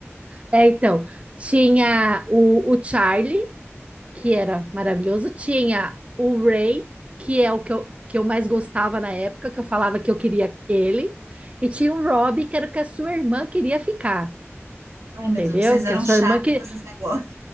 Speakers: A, on the right (about 25°); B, on the right (about 80°).
A: é, então, tinha o, o Charlie, que era maravilhoso. Tinha o Ray, que é o que eu, que eu mais gostava na época, que eu falava que eu queria ele. E tinha o Rob, que era o que a sua irmã queria ficar.
B: Ai, meu
A: Entendeu?
B: Deus, vocês
A: Que
B: eram
A: a sua
B: chata
A: irmã que
B: com esses negócios.